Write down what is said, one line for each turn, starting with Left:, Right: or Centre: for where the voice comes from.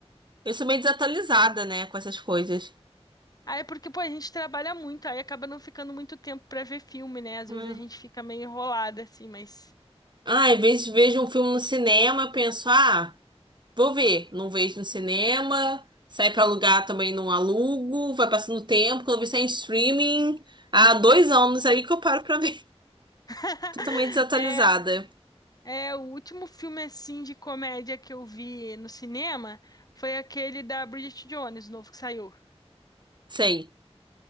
Right: eu sou meio desatualizada, né, com essas coisas.
Left: Ah, é porque, pô, a gente trabalha muito, aí acaba não ficando muito tempo pra ver filme, né? Às
Right: Hum.
Left: vezes a gente fica meio enrolada, assim, mas.
Right: Ah, às vezes vejo um filme no cinema, eu penso, ah. Vou ver. Não vejo no cinema. Sai pra alugar também não alugo. Vai passando tempo. Quando eu vi sai em streaming. Há dois anos aí que eu paro pra ver.
Left: <laughs>
Right: <laughs> Totalmente desatualizada.
Left: É, é, o último filme, assim, de comédia que eu vi no cinema foi aquele da Bridget Jones, novo que saiu.
Right: Sei.